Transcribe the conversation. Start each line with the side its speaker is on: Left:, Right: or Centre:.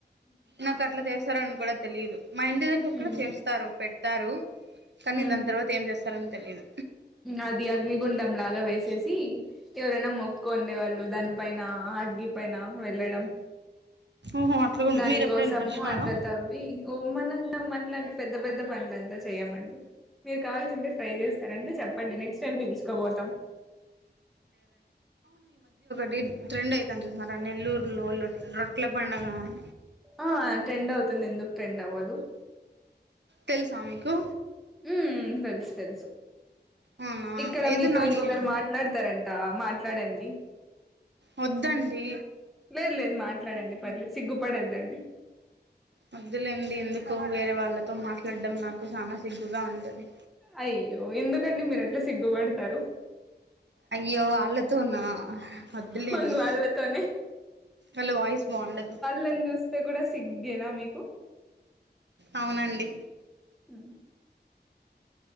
Right: నాకు అట్లా చేస్తార అని కూడా తెలియదు మా ఇంటి దగ్గర
Centre: ఉమ్
Right: కూడా చేస్తారు పెడతారు కానీ
Centre: ఉమ్
Right: దాని తర్వాత ఏం చేస్తారని తెలియదు
Centre: అది అగ్నిగుండం లాగా వేసేసి ఎవరైనా మొక్కు ఉండే వాళ్ళు దాని పైన అగ్గి పైన వెళ్ళడం
Right: ఓహో అట్లా కూడా
Centre: దాని
Right: మీరు ఎప్పుడైనా
Centre: కోసము
Right: నడిచినారా
Centre: అట్ల తవ్వి ఓ మనమట్లాంటి పెద్ద పెద్ద పనులుంతా చేయమండి మీరు కావాల్సి ఉంటే ట్రై చేస్తార అండీ చెప్పండి నెక్స్ట్ టైమ్ కి తీసుకపోతాం
Right: ది ట్రెండ్ అవుతంది చూసారా నెల్లూరులో రొట్ల పండగా అని
Centre: ఆ ట్రెండ్ అవుతుంది ఎందుకు ట్రెండ్ అవ్వదు
Right: తెలుసా మీకు
Centre: ఉ తెలుసు తెలుసు
Right: అవునా
Centre: ఇక్కడ
Right: ఏదో
Centre: మీతో
Right: నాకు
Centre: ఇంకొకరు మాట ట్లాడుతరంట మాట్లాడండి
Right: వద్దండి
Centre: లేదు లేదు మాట్లాడండి పర్లేదు సిగ్గుపడొద్దండి
Right: వద్దులేండి ఎందుకో వేరే వాళ్ళతో మాట్లాడడం నాకు చానా సిగ్గుగా ఉంటది
Centre: అయ్యో ఎందుకండి మీరు అట్ల సిగ్గుపడతారు
Right: అయ్యో వాళ్ళతో నా అద్దులేండి
Centre: అవును వాళ్ళతోనే
Right: అళ్ళ వాయిస్ బాగుండదు
Centre: నేం చూస్ స్తే కూడా సిగ్గేనా మీకు
Right: అవునండి
Centre: అ